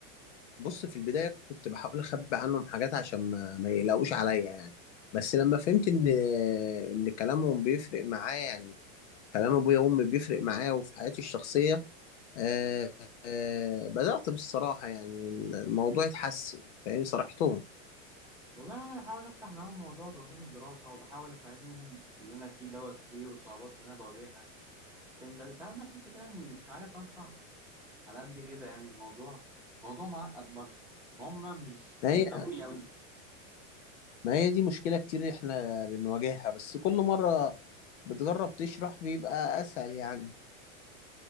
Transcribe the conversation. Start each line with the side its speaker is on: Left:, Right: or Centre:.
Left: بص في البدايه كنت بحاول اخبي عنهم حاجات عشان ما, ما يلاقوش عليا يعني بس لما فهمت ان ان كلامهم بيفرق معايا يعني كلام ابويا وامي بيفرق معايا وفي حياتي الشخصيه آه آه بدأت بالصراحة يعني الموضوع اتحسن فاهمني صرحتهم
Centre: والله انا بحاول افتح معاهم موضوع ضغوطات الدراسه وبحاول افهمهم اللي انا فيه دوت ايه والصعوبات اللي انا بواجهها لكن بس ساعات بحس كده اني مش عارف اشرح على قد كده يعني الموضوع موضوع معقد برضه هم مش
Left: ما
Centre: بيفهموني
Left: هي
Centre: قوي
Left: ما هي دي مشكلة كتير احنا بنواجهها بس كل مرة بتجرب تشرح بيبقى أسهل يعني